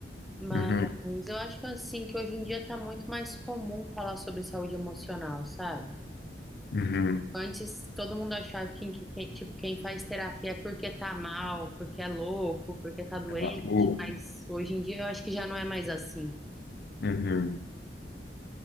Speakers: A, in the centre; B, on the left (about 60°).
A: Mas
B: Uhum,
A: eu acho assim que hoje em dia tá muito mais comum falar sobre saúde emocional, sabe?
B: uhum.
A: Antes todo mundo achava que, que- que- tipo, quem faz terapia é porque tá mal, porque é louco, porque tá doente,
B: Tá maluco?
A: mas hoje em dia eu acho que já não é mais assim.
B: Uhum.